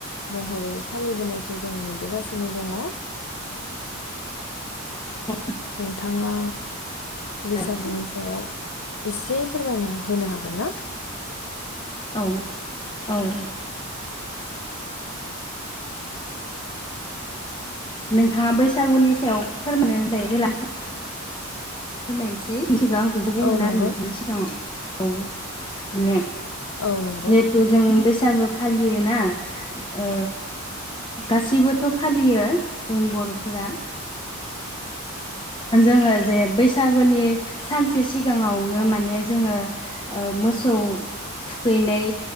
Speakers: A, on the left; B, on the left.
A: महरै फालिबोनायखौ जों नुबोगासिनो दङ।
B: ब
A: नोंथाङा बैसागुनि
B: आरो
A: सायाव एसे फोरमायना होनो हागोन ना।
B: औ औ औ। नोंथाङा बैसागुनि सायाव फोरमायनो <unintelligible> फोरमायनोसेै <unintelligible> सिगां बेखौ बुंगोन
A: औ
B: आरो
A: नंगौ
B: नोंथांनि सिगाङाव औ माने
A: औ नंगौ
B: जिहेथु जों बैसागु फालियोना ओ गासिबोथ' फालियो जों बर'फोरा जोंङो जे बै सागुनि सानसे सिगांङावनो माने जोंङो ओ मोसौ थुखैनाय